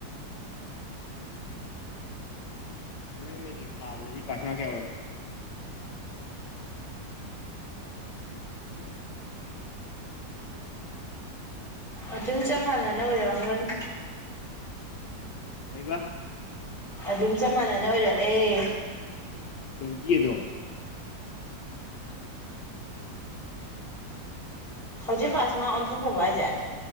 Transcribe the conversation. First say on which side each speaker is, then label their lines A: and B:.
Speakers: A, on the left (about 70°); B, on the left (about 20°).
A: <unintelligible> ꯅꯣꯏ ꯃꯦꯇ꯭ꯔꯤ ꯊꯥꯕꯗꯗꯤ ꯄꯥꯁꯅ ꯃꯥꯛ ꯀꯌꯥ ꯑꯣꯏ <inaudible>
B: ꯑꯗꯨꯝ ꯆꯞ ꯃꯥꯟꯅꯅ ꯑꯣꯏꯔꯝꯒꯅꯤ
A: ꯀꯩꯕ
B: ꯑꯗꯨꯝ ꯆꯞꯃꯥꯟꯅꯅ ꯑꯣꯏꯔꯛ ꯑꯦ
A: ꯇꯋꯣꯏꯇꯤ ꯑꯗꯨꯝ
B: ꯍꯧꯖꯤꯛ ꯄꯥꯁꯃꯥ ꯑꯣꯟꯊꯣꯛꯈꯔꯕꯣ ꯍꯥꯏꯖꯦ